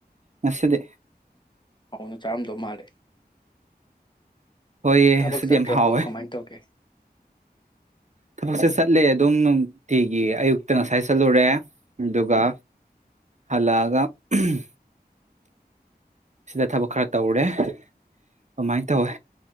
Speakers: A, on the right; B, on the left.
A: ꯉꯁꯤꯗꯤ
B: ꯍꯥꯎꯅꯥ ꯆꯥꯔꯝꯗꯣ ꯃꯥꯂꯦ
A: ꯍꯣꯏꯌꯦ
B: ꯊꯕꯛ
A: ꯉꯁꯤꯗꯤ
B: ꯆꯠꯇ꯭ꯔꯕꯣ
A: ꯌꯥꯝ ꯍꯥꯎꯋꯦ
B: ꯀꯃꯥꯏꯅ ꯇꯧꯒꯦ
A: ꯊꯕꯛꯁꯦ ꯆꯠꯂꯦ ꯑꯗꯨꯝ ꯅꯨꯡꯇꯤꯒꯤ ꯑꯌꯨꯛꯇ ꯉꯁꯥꯏ ꯆꯠꯂꯨꯔꯦ ꯑꯗꯨꯒ ꯍꯜꯂꯛꯑꯒ ꯎꯝ ꯁꯤꯗ ꯊꯕꯛ ꯈꯔ ꯇꯧꯔꯦ ꯑꯗꯨꯃꯥꯏꯅ ꯇꯧꯋꯦ